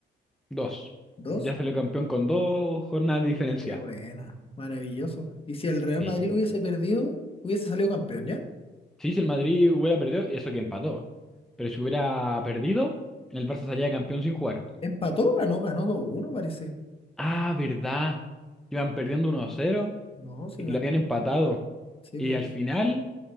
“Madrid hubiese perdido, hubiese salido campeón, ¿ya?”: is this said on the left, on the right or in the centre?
Left